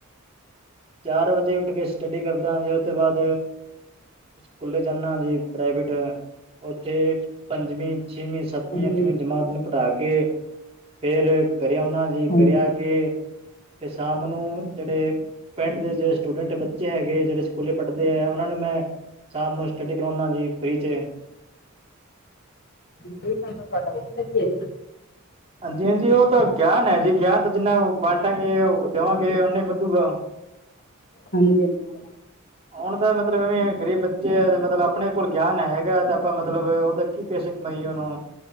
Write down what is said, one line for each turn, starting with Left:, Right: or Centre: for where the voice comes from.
Right: ਚਾਰ ਵਜੇ ਉੱਠ ਕੇ ਸਟੱਡੀ ਕਰਦਾਾਂ ਉਹ ਤੋਂ ਬਾਅਦ ਸਕੂਲੇ ਜਾਂਦਾ ਜੇ ਪ੍ਰਾਈਵੇਟ ਉੱਥੇ ਪੰਜਵੀਂ, ਛੇਵੀਂ, ਸੱਤਵੀਂ,
Left: ਹਾਂਜੀ
Right: ਅੱਠਵੀਂ ਜਮਾਤ ਨੂੰ ਪੜਾ ਕੇ ਫੇਰ ਕਰਿਆ ਉਹਨਾਂ ਜੀ
Left: ਹਾਂਜੀ
Right: ਕਰਿਆ ਕੇ ਫਿਰ ਸ਼ਾਮ ਨੂੰ ਜਿਹੜੇ ਪਿੰਡ ਦੇ ਜਿਹੜੇ ਸਟੂਡੈਂਟ ਬੱਚੇ ਹੈਗੇ ਜਿਹੜੇ ਸਕੂਲੇ ਪੜ੍ਹਦੇ ਹੈ ਉਹਨਾਂ ਨੂੰ ਮੈਂ ਸਾਮ ਨੂੰ ਸਟੱਡੀ ਕਰਾਉਨਾ ਜੀ ਫਰੀ ਚ
Left: ਇਹ ਕੰਮ ਹੈ ਤੁਹਾਡਾ। ਹਾਂਜੀ -ਹਾਂਜੀ।
Right: ਹਾਂਜੀ- ਹਾਂਜੀ, ਉਹ ਤਾਂ ਗਿਆਨ
Left: ਕੰਮ ਕਰਿਆ
Right: ਹੈ ਜੀ ਗਿਆਨ ਤਾਂ ਜਿੰਨਾ ਵਾਂਟਾਂਗੇ ਉਹ ਦੇਵਾਂਗੇ ਓਨਾ ਹੀ ਵੱਧੂਗਾ।
Left: ਹਾਂਜੀ ਹਾਂਜੀ।
Right: ਹੁਣ ਤਾਂ ਮਤਲਬ ਐਵੇਂ ਗ਼ਰੀਬ ਬੱਚੇ ਆ ਤੇ ਮਤਲਬ ਆਪਣੇ ਕੋਲ ਗਿਆਨ ਹੈਗਾ ਤੇ ਆਪਾਂ ਮਤਲਬ ਉਹਦਾ। ਕੀ ਪੈਸੇ ਕਮਾਈਏ ਉਹਨੂੰ